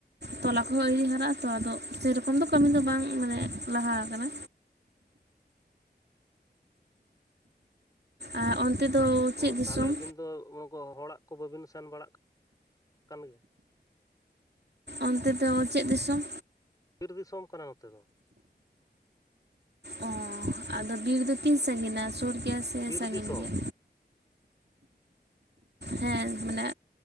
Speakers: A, on the right; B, on the left.
A: ᱛᱚᱞᱟ
B: ᱦᱩᱸ
A: ᱠᱚᱦᱚᱸ ᱟᱹᱣᱨᱤ ᱦᱟᱨᱟᱜ-ᱟ ᱛᱚ, ᱟᱫᱚ ᱥᱮᱨᱚᱠᱚᱢ ᱫᱚ ᱠᱟᱹᱢᱤ ᱫᱚ ᱵᱟᱝ ᱢᱟᱱᱮ ᱞᱟᱦᱟ ᱠᱟᱱᱟ᱾ ᱟᱨ
B: ᱦᱮᱸ,
A: ᱚᱱᱛᱮ ᱫᱚ ᱪᱮᱫ
B: ᱚ
A: ᱫᱤᱥᱚᱢ
B: ᱛᱟᱦᱞᱮ ᱟᱹᱵᱤᱱ ᱫᱚ <unintelligible> ᱠᱚ ᱦᱚᱲᱟᱜ ᱠᱚ ᱵᱟᱹᱵᱤᱱ ᱥᱮᱱ ᱵᱟᱲᱟᱜ ᱠᱟᱱ ᱜᱮᱭᱟ?
A: ᱚᱱᱛᱮ ᱫᱚ ᱟᱵᱟᱨ ᱪᱮᱫ ᱫᱤᱥᱚᱢ?
B: ᱵᱤᱨ ᱫᱤᱥᱚᱢ ᱠᱟᱱᱟ ᱱᱚᱛᱮ ᱫᱚ᱾
A: ᱚ ᱟᱫᱚ ᱵᱤᱨ ᱫᱚ ᱛᱤᱱ ᱥᱟᱺᱜᱤᱧᱟ ᱥᱩᱨ ᱜᱮᱭᱟ ᱥᱮ
B: ᱵᱤᱨ
A: ᱥᱟᱺᱜᱤᱧ
B: ᱫᱤᱥᱚᱢ
A: ᱜᱮᱭᱟ? ᱦᱮᱸ ᱢᱟᱱᱮ